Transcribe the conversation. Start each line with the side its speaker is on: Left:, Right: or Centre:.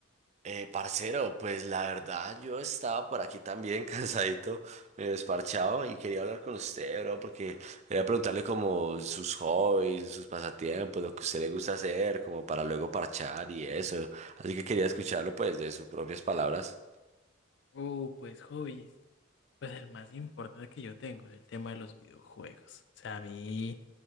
Right: Eh, parcero, pues la verdad yo estaba por aquí también <laughs> cansadito, me desparchado y quería hablar con usted, bro, porque quería preguntarle como sus hobbies, sus pasatiempos, lo que a usted le gusta hacer, como para luego parchar y eso. Así que quería escucharlo pues de sus propias palabras.
Left: Uh, pues hobbies. Pues el más importante que yo tengo es el tema de los videojuegos. O sea, a mí,